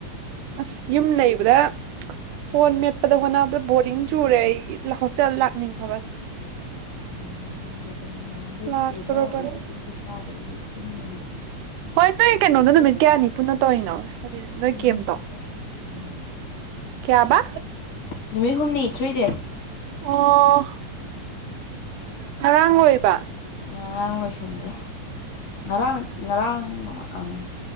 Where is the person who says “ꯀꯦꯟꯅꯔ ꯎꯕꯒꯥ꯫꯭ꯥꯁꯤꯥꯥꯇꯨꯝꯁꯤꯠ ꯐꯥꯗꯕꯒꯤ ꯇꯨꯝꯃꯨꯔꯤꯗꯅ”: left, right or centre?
Left